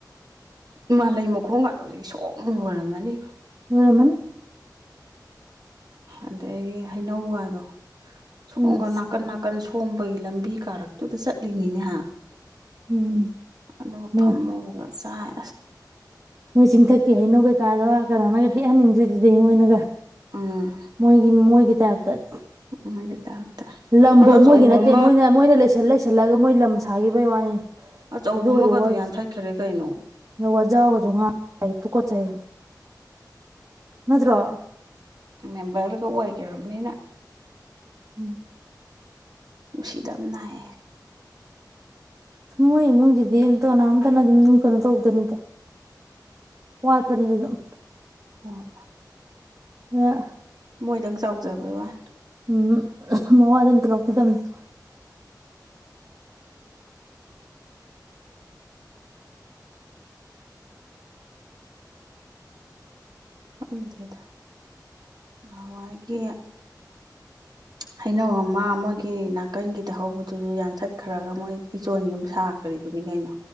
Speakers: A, on the right; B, on the right.
A: ꯃꯥꯂꯩ ꯃꯈꯣꯡꯒꯗꯨ ꯍꯧꯖꯤꯛ ꯁꯣꯛꯕ ꯂꯣꯏꯔꯝꯃꯅꯤ
B: ꯂꯣꯏꯔꯝꯅꯤ
A: ꯑꯗꯒꯤ ꯍꯩꯅꯧꯒꯗꯣ ꯁꯣꯡꯒ
B: ꯎꯝ
A: ꯅꯥꯀꯟ ꯅꯥꯀꯟ ꯁꯣꯟ ꯊꯣꯝꯕꯒꯤ ꯂꯝꯕꯤ ꯀꯥꯔꯛ ꯑꯗꯨꯗ ꯆꯠꯂꯤꯅꯤꯅꯦꯍ
B: ꯎꯝ
A: ꯑꯗꯨꯒ
B: ꯃꯣꯏ
A: ꯐꯝꯃꯒ ꯆꯥꯏ
B: ꯃꯣꯏ ꯆꯤꯡꯊꯛꯀꯦ ꯍꯥꯏꯩꯅꯣ ꯀꯩꯀꯥꯗꯣ ꯀꯩꯅꯣꯅꯒ ꯍꯦꯛꯍꯟꯅꯤꯡꯗ꯭ꯔꯤꯗꯨꯗꯤ ꯃꯣꯏꯅꯒ
A: ꯎꯝ
B: ꯃꯣꯏꯒꯤ ꯃꯣꯏꯒꯤ ꯇꯥꯏꯞ ꯇꯠ
A: ꯃꯣꯏꯒꯤ ꯇꯥꯏꯞꯇ
B: ꯂꯝꯐꯧ
A: ꯑꯗꯣ ꯑꯆꯧꯕ
B: ꯃꯣꯏꯒꯤ ꯅꯠꯇꯦ
A: ꯑꯃ
B: ꯃꯣꯏꯅ ꯃꯣꯏꯅ ꯂꯩꯁꯜ ꯂꯩꯁ ꯂꯒ ꯃꯣꯏ ꯂꯝ ꯁꯥꯈꯤꯕꯩ ꯋꯥꯅꯤ
A: ꯑꯆꯧꯕ
B: ꯑꯗꯨꯒꯁꯨ
A: ꯑꯃꯒꯗꯣ
B: ꯋꯥ
A: ꯌꯥꯟꯊꯠꯈ꯭ꯔꯦ ꯀꯩꯅꯣ
B: ꯋꯥꯖꯥꯒꯁꯨ ꯉꯪ ꯁꯥꯏ ꯇꯨꯀꯠꯆꯩ ꯅꯠꯇ꯭ꯔꯣ
A: ꯃꯦꯝꯕꯔꯒ ꯑꯣꯏꯈꯔꯕꯅꯤꯅ
B: ꯎꯝ
A: ꯅꯨꯪꯁꯤꯗꯝꯟ ꯅꯥꯏ
B: ꯃꯣꯏ ꯏꯃꯨꯡꯁꯤꯗꯤ ꯑꯝ ꯀꯅꯥꯝꯇꯅ ꯑꯗꯨꯝ ꯀꯩꯅꯣ ꯇꯧꯗꯝꯅꯤꯗ ꯋꯥꯠꯄꯅꯤꯗ ꯑꯗꯨꯝ
A: ꯍꯣꯌ
B: ꯑ
A: ꯃꯣꯏꯗꯪ ꯆꯥꯎꯖꯕꯩ ꯋꯥꯅꯦ꯫
B: ꯎꯍ ꯃꯋꯥꯗꯤ ꯂꯧꯕꯤꯗꯝꯅꯦ꯫ <inaudible> <inaudible>
A: ꯈꯪꯗꯦꯗ꯫ ꯅꯍꯋꯥꯏꯒꯤ꯫ ꯍꯩꯅꯧ ꯑꯃ ꯃꯣꯏꯒꯤ ꯅꯥꯀꯟꯒꯤꯗ ꯍꯧꯕꯗꯨꯁꯨ ꯌꯥꯟꯊꯠꯈ꯭ꯔꯒ ꯃꯣꯏ ꯏꯆꯣꯟ ꯌꯨꯝ ꯁꯥꯈꯔꯤꯗꯨꯅꯤ ꯀꯩꯅꯣ꯫